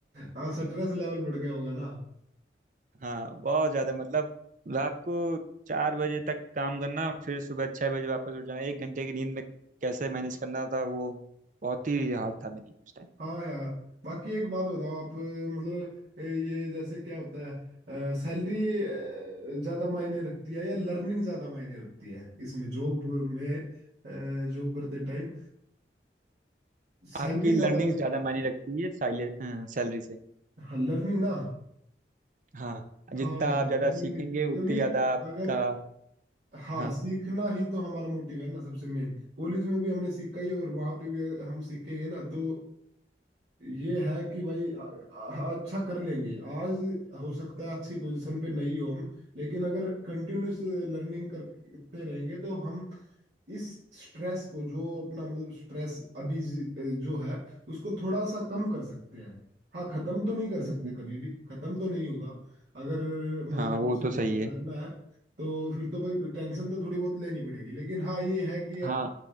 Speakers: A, on the right; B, on the right.
A: हाँ स्ट्रेस लेवल बढ़ गया होगा ना
B: हाँ बहुत ज्यादा मतलब रात को चार बजे तक काम करना फिर सुबह छह बजे वापस उठ जाना एक घंटे की नींद में कैसे मैनेज करना था वो बहुत ही हार्ड था मेरे लिए उस टाइम
A: हाँ यार बाकी एक बात बताओ आप अ, मतलब अ, ये जैसे क्या होता है सैलरी ज्यादा मायने रखती है या लर्निंग ज्यादा मायने रखती है इसमें जॉब में जॉब करते टाइम सैलरी
B: आपकी
A: ज्यादा
B: लर्निंग
A: मायने
B: ज्यादा मायने रखती है साइले सैलरी से
A: हाँ लर्निंग ना
B: हाँ
A: हाँ
B: जितना
A: यार
B: आप
A: लर्निंग
B: ज्यादा सीखेंगे
A: क्योंकि
B: उतनी ज्यादा आपका
A: अगर हाँ
B: हाँ
A: सीखना ही तो हमारा मोटिव है ना सबसे मेन कॉलेज में भी हमने सीखा ही और वहां पे भी अगर हम सीखेंगे ना तो ये है कि भाई अ- अ- अच्छा कर लेंगे आज हो सकता है अच्छी पोजीशन पे नहीं हो हम लेकिन अगर कंटिन्यूस लर्निंग करते रहेंगे तो हम इस स्ट्रेस को जो अपना मतलब स्ट्रेस अभी जी- जो है उसको थोड़ा सा कम कर सकते हैं हाँ खत्म तो नहीं कर सकते
B: हम्म,
A: कभी भी खत्म तो नहीं होगा अगर मतलब
B: हाँ
A: कुछ
B: वो
A: क-
B: तो सही है
A: करना है तो फिर तो भाई टेंशन तो थोड़ी बहुत लेनी पड़ेगी लेकिन हाँ ये है कि
B: हाँ
A: अब